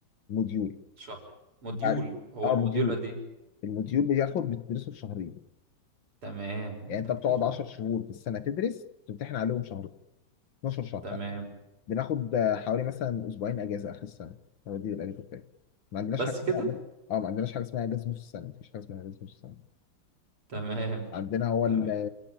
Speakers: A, on the left; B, on the right.
A: موديول
B: شهر موديول
A: يعني-
B: هو
A: اه
B: الموديول
A: موديول
B: قد ايه
A: الموديول بياخد بتدرسه في شهرين
B: تمام
A: يعني
B: ده
A: انت
B: كتير
A: بتقعد 10
B: قوي
A: شهور في السنه تدرس تمتحن عليهم شهر 12 شهر
B: تمام
A: بناخد آه، حوالي مثلا اسبوعين اجازه اخر السنه هو دي الاجازه بتاعتنا ما عندناش
B: بس
A: حاجه
B: كده
A: اسمها أجازة- اه ما عندناش حاجه اسمها اجازه نص السنه مفيش حاجه اسمها اجازه نص السنه
B: تمام
A: عندنا هو
B: تمام
A: ال-